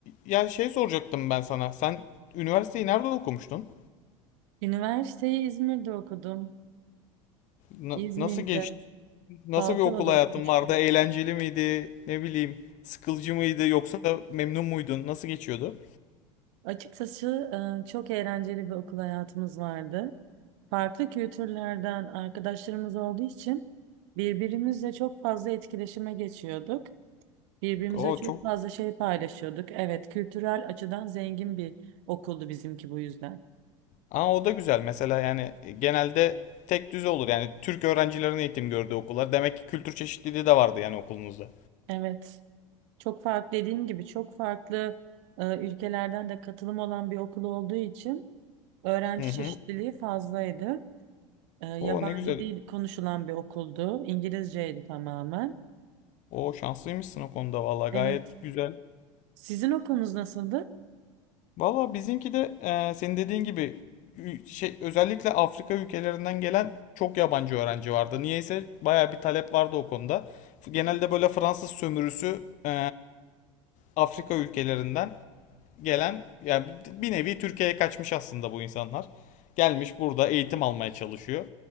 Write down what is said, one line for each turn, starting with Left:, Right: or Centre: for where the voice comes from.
Left: Ya şey soracaktım ben sana. Sen üniversiteyi nerede okumuştun?
Right: Üniversiteyi İzmir'de okudum.
Left: Na-
Right: İzmir'de,
Left: nasıl geçti? Nasıl
Right: Balçova'da
Left: bir okul hayatın
Right: okumuştum.
Left: vardı? Eğlenceli miydi? Ne bileyim, sıkılcı mıydı yoksa memnun muydun? Nasıl geçiyordu?
Right: Açıkçası e, çok eğlenceli bir okul hayatımız vardı. Farklı kültürlerden arkadaşlarımız olduğu için birbirimizle çok fazla etkileşime geçiyorduk. Birbirimize
Left: O
Right: çok
Left: çok.
Right: fazla şey paylaşıyorduk. Evet, kültürel açıdan zengin bir okuldu bizimki bu yüzden.
Left: Aa o da güzel. Mesela yani genelde tek düze olur. Yani Türk öğrencilerin eğitim gördüğü okullar. Demek ki kültür çeşitliliği de vardı yani okulunuzda.
Right: Evet. Çok farklı dediğim gibi çok farklı e, ülkelerden de katılım olan bir okul olduğu için öğrenci
Left: Hı hı.
Right: çeşitliliği fazlaydı. E, yabancı
Left: O ne güzel.
Right: dil konuşulan bir okuldu. İngilizceydi tamamen.
Left: O şanslıymışsın o konuda vallahi
Right: Evet.
Left: gayet güzel.
Right: Sizin okulunuz nasıldı?
Left: Valla bizimki de e, senin dediğin gibi ü- şey özellikle Afrika ülkelerinden gelen çok yabancı öğrenci vardı. Niyeyse baya bir talep vardı o konuda. Genelde böyle Fransız sömürüsü e, Afrika ülkelerinden gelen yani bir nevi Türkiye'ye kaçmış aslında bu insanlar. Gelmiş burada eğitim almaya çalışıyor.